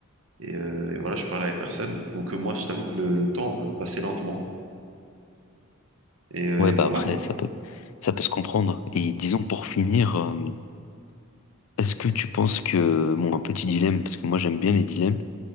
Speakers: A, on the right (about 75°); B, on the left (about 80°).
A: Et, euh, et voilà, je parlais à personne. Donc, euh, moi, je t'avoue que le, le temps euh, passait lentement. Et, euh,
B: Ouais,
A: et
B: bah
A: voilà,
B: après,
A: quoi.
B: ça peut, ça peut se comprendre. Et disons pour finir, euh, est-ce que tu penses que, bon, un petit dilemme, parce que moi j'aime bien les dilemmes,